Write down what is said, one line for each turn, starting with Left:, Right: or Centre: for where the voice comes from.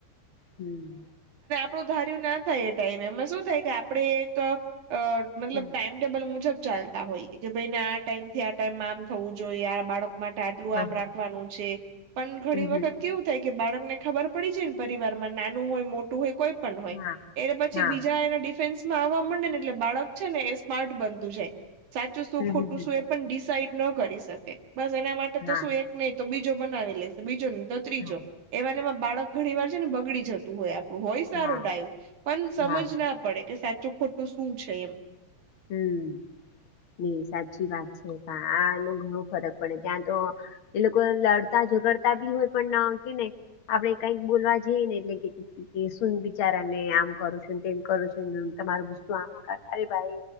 Left: હમ્મ
Right: આપું ધાર્યું ના થાય એ ટાઈમ એમાં શું થાય કે આપણેે એક મતલબ
Left: હમ
Right: ટાઈમટેબલ મુજબ ચાલતા હોઈએ કે ભાઈને આ ટાઈમ થી આ ટાઈમમાં આમ થવું જોઈએ, આ બાળક માટે આટલું
Left: હા
Right: આમ
Left: હા
Right: રાખવાનું છે, પણ ઘણી
Left: હમ હમ
Right: વખત કેવું થાય, કે બાળક ને ખબર પડી જાય ને પરિવાર માં નાનું હોય મોટું હોય કોઈ પણ હોય
Left: હા
Right: એ પછી
Left: હા
Right: બીજા એના ડિફેન્સ. આવવા મડે એટલે બાળક છે ને એ સ્માર્ટ બનતું જાય સાચું શું
Left: હમ
Right: ખોટું
Left: હમ
Right: શું એ પણ ડિસાઈટ ન કરી શકે બસ એના માટે
Left: હા
Right: તો શું એક નહી તો બીજો બનાવી લેશે બીજો નહી તો ત્રીજો,
Left: હા
Right: માં બાળક ઘણી વાર છે, ને બગડી જતું હોય હોય સારું
Left: હા
Right: ડાયું પણ સમજ
Left: હા
Right: ના પડે કે સાચું ખોટું શું છે એમ.
Left: હમ <unintelligible> સાચી વાત છે આનું ઘણું ફરક પડે ત્યાં તો એ લોકો લડતા. ગડતા બી હોય પણ કેને આપડે કઈક બોલવા જઈ ને એટલે કેુંન બિચારા. ને આમ કરું છ તેમ કરું છો તમાર ગુસ્તું આમાં કર અરે ભાઈ.